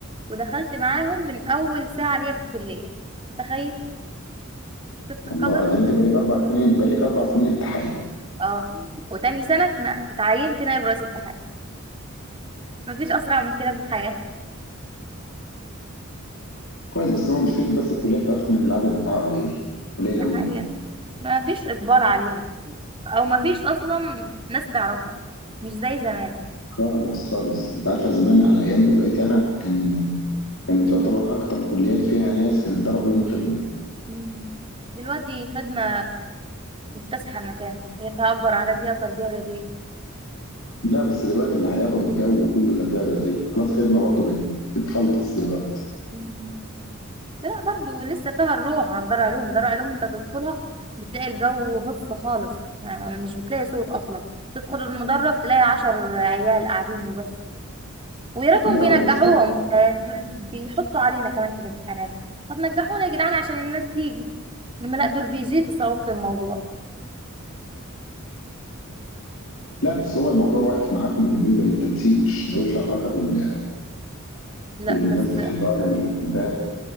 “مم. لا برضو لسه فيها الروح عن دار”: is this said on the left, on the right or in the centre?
Right